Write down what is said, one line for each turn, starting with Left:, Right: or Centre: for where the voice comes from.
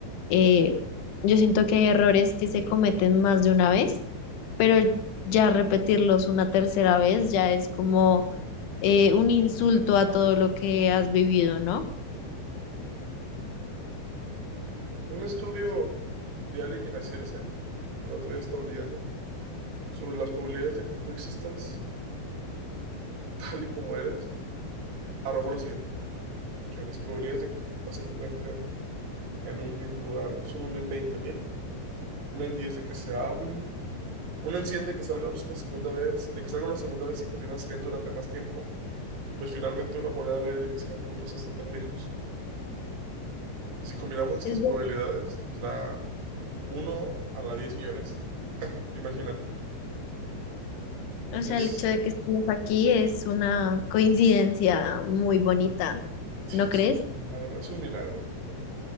Left: eh, yo siento que hay errores que se cometen más de una vez pero ya repetirlos una tercera vez ya es como eh, un insulto a todo lo que has vivido, ¿no?
Right: Un estudio de Ali bin el otro día estaba leyendo, sobre las probabilidades de que tú existas <laughs> tal y como eres, arrojó lo siguiente, que las probabilidades de que tus papás se encuentren en un mismo lugar son una en veinte mil, una en 10 de que se hablen, una en 100 de que salgan una segunda vez, de que salgan una segunda vez y continúen saliendo durante más tiempo, y pues finalmente una moneda al aire de que sean juntos hasta tener hijos. Y si combinamos estas
Left: Es
Right: probabilidades,
Left: verdad.
Right: nos da uno a la 10 millones. Imagínate.
Left: O sea,
Right: Es,
Left: el hecho de que estemos aquí es una coincidencia muy bonita,
Right: sí,
Left: ¿no
Right: es
Left: crees?
Right: un milagro, es un milagro, doctor.